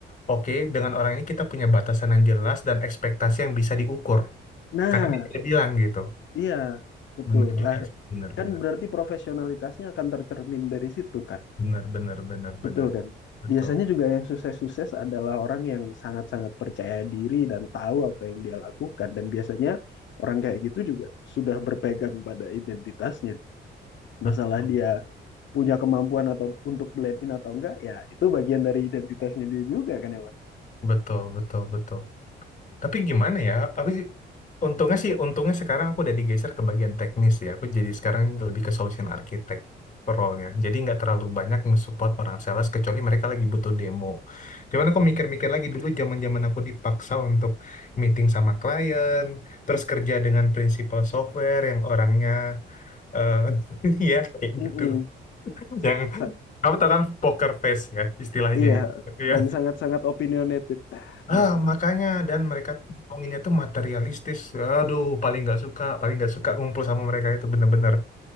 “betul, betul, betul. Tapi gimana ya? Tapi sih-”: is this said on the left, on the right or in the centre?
Left